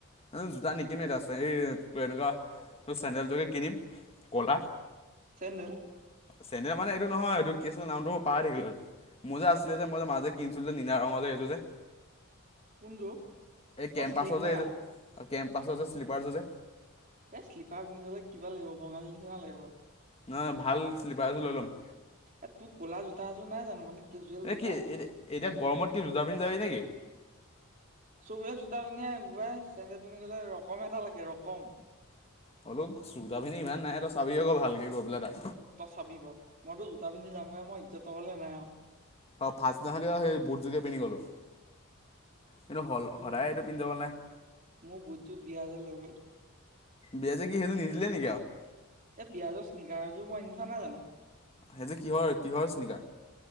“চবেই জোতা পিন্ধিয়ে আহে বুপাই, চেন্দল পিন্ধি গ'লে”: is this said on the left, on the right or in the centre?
Right